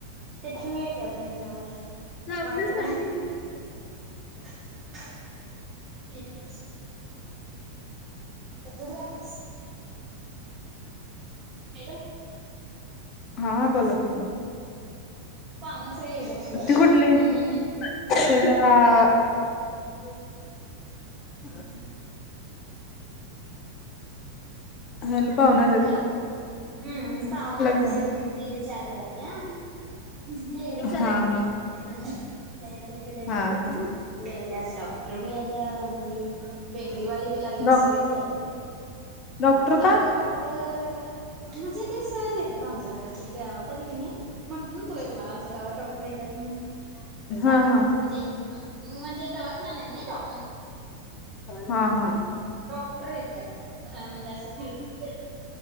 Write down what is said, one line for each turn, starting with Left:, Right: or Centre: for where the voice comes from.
Right: ते ठेऊया का आता ह्याच्यावर.
Left: <unintelligible>
Right: वाट्या <unintelligible> घेतल असल त्यात दूध घातलस. हॅलो.
Left: हा बोोलात का?
Right: पाहना सगळे एढ म्हण गोळा झाल्यात
Left: कुठली
Right: <unintelligible>
Left: ते <unintelligible> ह हेल्पव ना <unintelligible>
Right: हॅलो हम्म पाहुन्यान
Left: की
Right: दिदी चहा करानल्यान. ते एकदमच सगळे
Left: हा
Right: आले
Left: हा
Right: त्यांना ते आपल्याकडे
Left: हा
Right: नंदन
Left: हा
Right: सय मास्री आले आहेत डॉक्ट फॅक्टरी आल्या आणि त बेकरीवाली बी लागलेत
Left: डॉ
Right: सगळीच या लागली
Left: डॉक्टर का?
Right: तर म्हणजे ते सहज येतात आमच्या घरात ते गावात आली का नाही. म्हंटलं न्हतो काय तुम्हाला आमच्या गावात डॉक्टर येत म्हणून
Left: हा
Right: द
Left: हा
Right: म्हणजे हम म्हणजे दवाखाना नाही तो.
Left: हा हा.
Right: डॉक्टर येत्यात म्हणजे असं फिर फिर